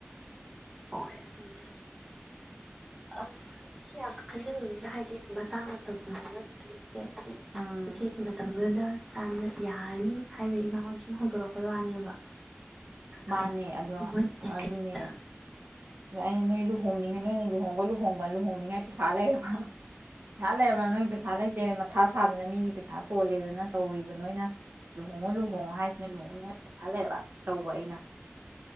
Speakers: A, in the centre; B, on the right (about 55°).
A: ꯍꯣꯏ ꯑꯗꯨꯅꯤ ꯍꯥꯏꯖꯦ ꯑꯁ ꯁꯤ ꯌꯥꯝ ꯈꯟꯖꯜꯂꯨꯅꯩꯗ ꯍꯥꯏꯗꯤ ꯃꯇꯥꯡ ꯃꯇꯝꯅ ꯖꯦ ꯑꯗꯨꯗꯤ
B: ꯎꯝ
A: ꯏꯆꯦꯒꯤ ꯃꯇꯝ ꯗꯨꯗ ꯆꯥꯟꯅ ꯌꯥꯔꯅꯤ ꯍꯥꯏꯕꯒꯤ ꯢꯃꯥ ꯍꯣꯏ ꯁꯨꯝ ꯍꯧꯗꯣꯔꯛꯄꯩ ꯋꯥꯅꯦꯕ
B: ꯃꯥꯅꯦ
A: ꯍꯥꯏꯗꯤ
B: ꯑꯗꯣ
A: ꯏꯃꯥꯍꯣꯏꯅ
B: ꯑꯗꯨꯅꯦ
A: ꯍꯦꯛꯇ
B: ꯑꯗ ꯑꯩꯅ ꯅꯣꯏ ꯂꯨꯍꯣꯡꯅꯤꯡꯉ ꯅꯣꯏꯅ ꯂꯨꯍꯣꯡꯕ ꯂꯨꯍꯣꯡ ꯂꯨꯍꯣꯡꯅꯤꯡꯉꯥꯏ ꯄꯩꯁꯥ ꯂꯩꯔꯕ꯭ꯔꯥ ꯄꯩꯁꯥ ꯂꯩꯔꯕ꯭ꯔꯥ ꯅꯣꯏ ꯎꯩꯁꯥ ꯂꯩꯇꯦ ꯃꯊꯥ ꯁꯥꯗꯅ ꯃꯤꯒꯤ ꯄꯩꯁꯥ ꯇꯣꯜꯂꯦꯗꯅ ꯇꯧꯔꯤꯕ ꯅꯣꯏꯅ ꯂꯨꯍꯣꯡꯉꯣ ꯂꯨꯍꯣꯡꯉꯣ ꯍꯥꯏꯖꯤꯅ ꯂꯨꯍꯣꯡꯅꯤꯉꯥꯢ ꯄꯩꯁꯥ ꯂꯩꯔꯕ꯭ꯔꯥ ꯇꯧꯕ ꯑꯩ ꯅ꯫